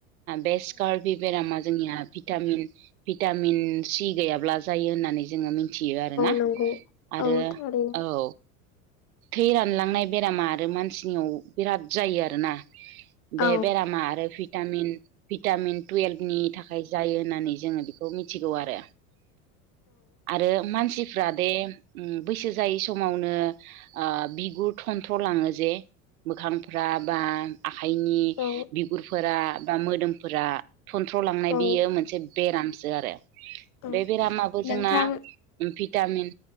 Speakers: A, on the right (about 75°); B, on the left (about 45°).
A: बे स्कारभि बेरामा जोंनिया भिटामिन भिटामिन सि गैयाब्ला जायो होननानै जोङो मि नथियो आरोना
B: नंगौ औ
A: आरो
B: थारैनो
A: औ थै रानलांनाय बेरामा आरो मानसिनियाव बिराद जायो आरोना
B: औ
A: बे बेरामा आरो भिटामिन भिटामिन टुयेल्भनि थाखाय जायो होननानै जोङो बेखौ मिथिगौ आरो आरो मानसिफ्रा दे बैसो जायै समावनो बिगुर थन्थ्र' लाङो जे मोखांफ्रा बा आखाइनि
B: औ औ
A: बिगुरफोरा बा मोदोमफोरा थनथ्र'लांनाय
B: औ
A: बियो मोनसे बेरामसो आरो
B: औ
A: बे बेरामाबो
B: नोंथां
A: जोंना भिटामिन